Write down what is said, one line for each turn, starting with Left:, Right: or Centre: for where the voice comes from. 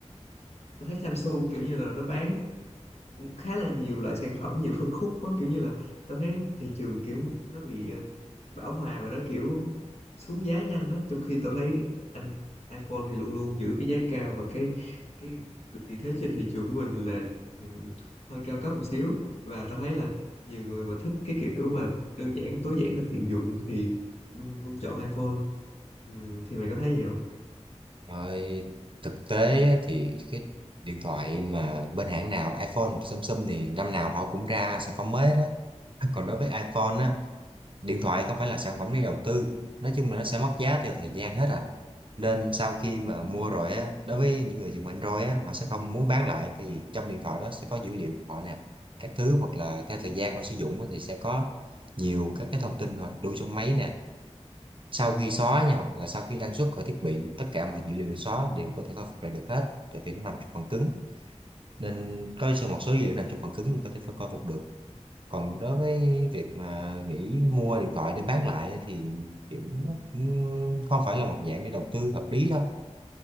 Left: tao thấy Samsung kiểu như là nó bán cũng khá là nhiều loại sản phẩm nhiều phân khúc đó. kiểu như là tôi thấy thị trường kiểu nó bị ờ, bão hòa và nó kiểu xuống giá nhanh đó trong khi tôi thấy anh iPhone thì luôn luôn giữ cái giá cao và cái cái vị thế trên thị trường của mình là ừ, hơi cao cấp một xíu và tôi thấy là nhiều người mà thích cái kiểu mà đơn giản tối giản và tiện dụng thì luôn luôn chọn iPhone ừ, thì mày có thấy vậy không?
Right: rồi thực tế á, thì cái điện thoại mà bên hãng nào iPhone hoặc Samsung thì năm nào họ cũng ra sản phẩm mới đó còn đối với iPhone á điện thoại không phải là sản phẩm để đầu tư nói chung là nó sẽ mất giá theo thời gian hết à nên sau khi mà mua rồi á đối với những người dùng Android á họ sẽ không muốn bán lại tại vì trong điện thoại đó sẽ có dữ liệu của họ nè các thứ hoặc là theo thời gian họ sử dụng á, thì sẽ có nhiều các cái thông tin họ được lưu trong máy nè sau khi xóa nha hoặc là sau khi đăng xuất khỏi thiết bị tất cả mọi dữ liệu được xóa đều có thể khôi phục lại được hết tại vì nó nằm trong phần cứng nên có một số dữ liệu nằm trong phần cứng mình có thể khôi phục được còn đối với việc mà nghĩ mua điện thoại để bán lại ấy thì kiểu ừm, không phải là một dạng để đầu tư hợp lý đâu